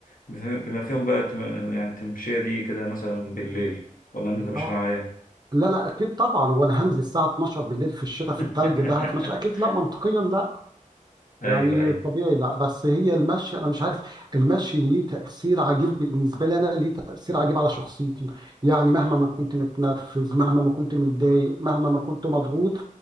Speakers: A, on the left; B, on the right.
A: بف- بما فيهم بقى التم- يعني التمشية دي كده مثلا بالليل ولا أنت مش
B: آه،
A: معايا؟
B: لا لا اكيد طبعا وانا هنزل الساعه 12 بالليل في الشتاء في
A: <laughs>
B: التلج ده هتمشى اكيد لا منطقيا لا
A: أيوه
B: يعني
A: أيوه
B: طبيعي لا بس هي المشي انا مش عارف المشي ليه تاثير عجيب بالنسبه لي انا ليه تاثير عجيب على شخصيتي يعني مهما ما كنت متنرفز مهما ما كنت متضايق مهما ما كنت مضغوط